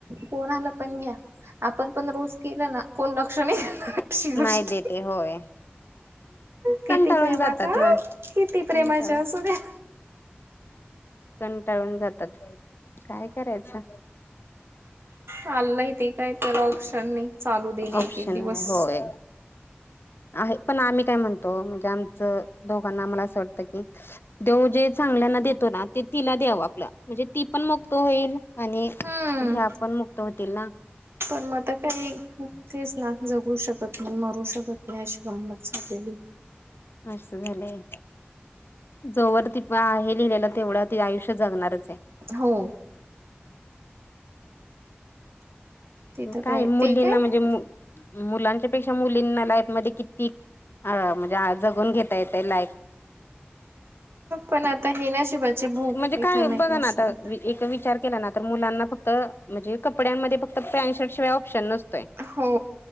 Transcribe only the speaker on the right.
कोणा आला पण घ्या आपण पण रोज केलं ना कोण लक्ष नाही देणार. अशी गोष्ट
किती
प्रेमाचा
किती प्रेमाच्या
असू द्या.
चाललंय ते काय त्याला ऑप्शन नाही चालू देणे
एक एक दिवस.
हम्म
पण मग, आता, काही तेच ना जगू शकत नाही मरू शकत नाही अशी गंमत झालेली.
हो तिथं
ते काय
पण आता हे नशिबाचे, भोग
इथं
नाही
असं.
हो.